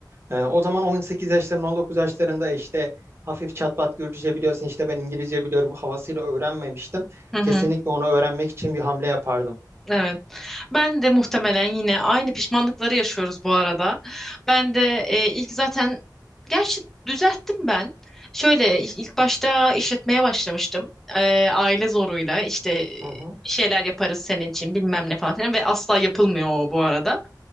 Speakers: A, on the right; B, in the centre.
A: Ee, o zaman 18 yaşlarında, 19 yaşlarında işte hafif çatpat Gürcüce biliyorsun, işte ben İngilizce biliyorum havasıyla öğrenmemiştim.
B: Hı hı.
A: Kesinlikle onu öğrenmek için bir hamle yapardım.
B: Evet. Ben de muhtemelen yine aynı pişmanlıkları yaşıyoruz bu arada. Ben de e, ilk zaten gerçi düzelttim ben. Şöyle il- ilk başta işletmeye başlamıştım. E, aile zoruyla işte e,
A: Hı hı.
B: şeyler yaparız senin için bilmem ne falan filan ve asla yapılmıyor o bu arada.